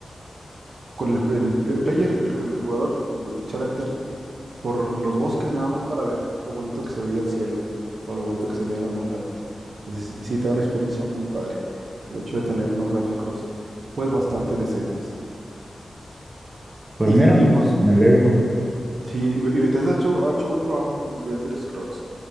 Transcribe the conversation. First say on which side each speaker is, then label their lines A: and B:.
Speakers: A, on the right; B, on the right.
A: con el, el- el player, el, el jugador, el character, por los bosques nada más para ver lo bonito que se veía el cielo o lo bonito que se veían las montañas. Entonces, sí, sí te da una experiencia muy padre el hecho de tener unos gráficos pues bastante decentes.
B: Pues
A: Y,
B: mira,
A: y, pues
B: me alegro.
A: Sí, y Be- y Bethesda ha hecho, ha hecho buen trabajo con los de Elder Scrolls.